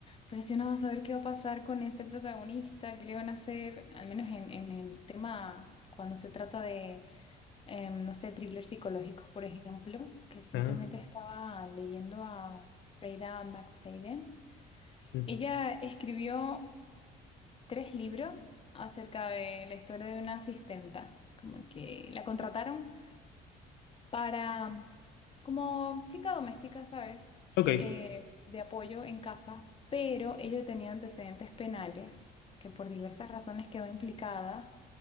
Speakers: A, on the left; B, on the left.
A: presionado a saber qué va a pasar con este protagonista, qué le van a hacer, al menos en, en el tema cuando se trata de, em, no sé, thrillers psicológicos, por ejemplo. Recientemente
B: Ah,
A: estaba leyendo a Freida McFadden.
B: mm,
A: Ella escribió tres libros acerca de la historia de una asistenta, como que la contrataron para, como chica doméstica, ¿sabes?
B: ok.
A: Eh, de apoyo en casa, pero ella tenía antecedentes penales, que por diversas razones quedó implicada